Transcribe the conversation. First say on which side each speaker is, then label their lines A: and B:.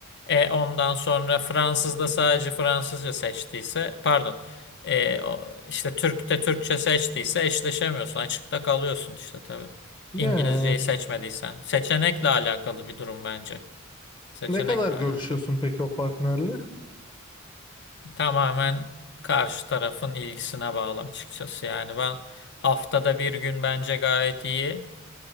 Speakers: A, on the left; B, on the left.
A: E ondan sonra Fransız da sadece Fransızca seçtiyse pardon e, o- işte Türk de Türkçe seçtiyse eşleşemiyorsun. Açıkta kalıyorsun işte tabii.
B: Ya
A: İngilizceyi seçmediysen. Seçenekle alakalı bir durum bence. Seçenekle
B: ne kadar görüşüyorsun
A: alakalı.
B: peki o partnerle?
A: Tamamen karşı tarafın ilgisine bağlı açıkçası. Yani ben haftada bir gün bence gayet iyi.